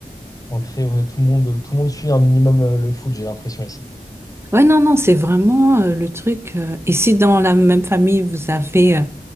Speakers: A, on the left (about 20°); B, on the right (about 15°).
A: ancré, ouais, tout le monde, tout le monde suit un minimum euh, le foot, j'ai l'impression ici.
B: Ouais, non, non, c'est vraiment euh, le truc. euh, et si dans la même famille, vous avez, euh,